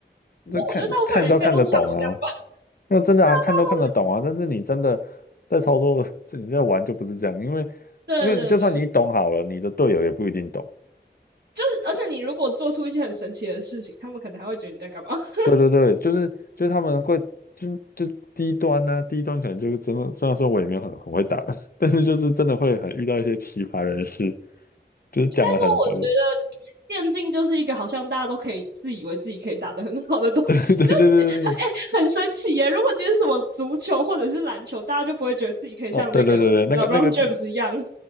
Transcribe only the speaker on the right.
是我觉得大部分人应该都是像我这样。
大家都
<laughs> 对对对。
就是，而且你如果做出一些很神奇的事情，他们可能还会觉得你在干嘛。<laughs> 应
该说，我觉得电竞就是一个好像大家都可以自以为自己可以打得很好的东西，
就很神奇耶。如果今天什么足球或者是篮球，大家就不会觉得自己可以像那个
LeBron James 一样。但